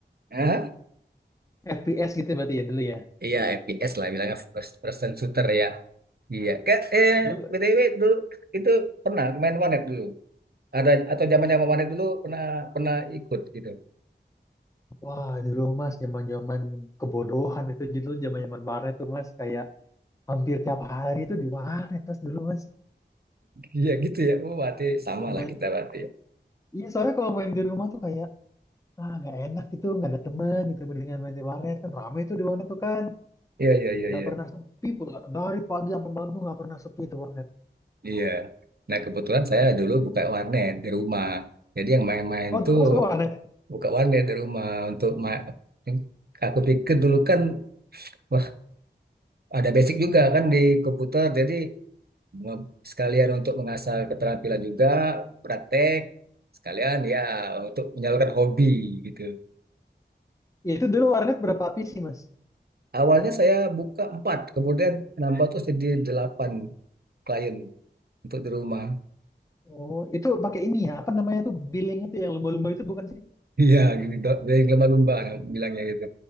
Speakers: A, on the right; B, on the left.
A: Hah?
B: F P S gitu berarti ya dulu ya.
A: Iya FPS lah bilangnya first person shooter ya. Iya. Kayak eh
B: Dulu
A: BTW dulu itu pernah main warnet dulu. Ada atau zaman-zaman warnet dulu pernah pernah ikut gitu.
B: Wah, dulu Mas, zaman-zaman kebodohan itu dulu zaman-zaman warnet tuh Mas, kayak hampir tiap hari tuh di warnet Mas dulu Mas.
A: Iya gitu ya. Oh, berarti sama
B: Main-
A: lah kita berarti.
B: Iya, soalnya kalau main di rumah tuh kayak ah nggak enak gitu, nggak ada temen gitu mendingan main di warnet kan rame tuh di warnet tuh kan,
A: Iya iya iya
B: nggak
A: iya.
B: pernah sepi pula. Dari pagi sampai malam tuh nggak pernah sepi tuh warnet.
A: Iya. Nah, kebetulan saya dulu buka warnet di rumah. Jadi yang main-main
B: Oh,
A: tuh
B: dulu Mas ke warnet.
A: buka warnet di rumah untuk ma- eh, aku pikir dulu kan wah ada basic juga kan di komputer. Jadi me- sekalian untuk mengasah keterampilan juga, praktek sekalian ya untuk menyalurkan hobi gitu.
B: Ya, itu dulu warnet berapa PC Mas?
A: Awalnya saya buka empat, kemudian nambah terus jadi delapan klien untuk di rumah.
B: Oh, itu pakai ini ya, apa namanya tuh billing itu yang lumba-lumba itu bukan sih?
A: Iya, gitu, dok. Jadi lumba-lumba bilangnya gitu.